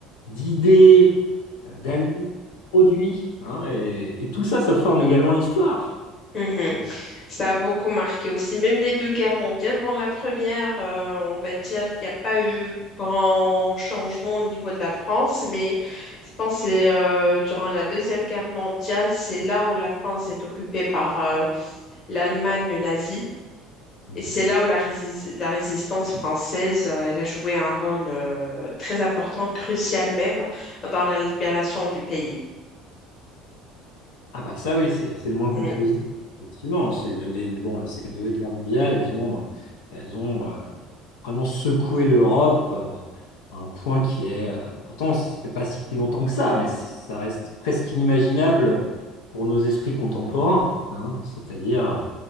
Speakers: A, on the left (about 85°); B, on the left (about 45°).
A: d'idées, euh, d'aliments, de produits. hein, et, et tout ça, ça forme également l'histoire.
B: Mhm.
A: <laughs>
B: Ça a beaucoup marqué aussi. Même les deux guerres mondiales. Bon, la première, euh, on va dire qu'il n'y a pas eu grand changement au niveau de la France, mais je pense que c'est, euh, durant la Deuxième Guerre mondiale, c'est là où la France est occupée par euh, l'Allemagne nazie.
A: Mhm.
B: Et c'est là où la, rési- la résistance française, euh, elle a joué un rôle euh, très important, crucial même, dans la libération du pays.
A: Ah bah ça oui, c'est c'est le moins qu'on
B: Oui,
A: puisse dire. Effectivement, c'est les, bon, là, ces deux guerres mondiales, elles ont, euh, elles ont euh, vraiment secoué l'Europe euh, à un point qui est, euh, pourtant, ça fait pas si longtemps que ça, mais ça reste presque inimaginable pour nos esprits contemporains. hein. C'est-à-dire, euh,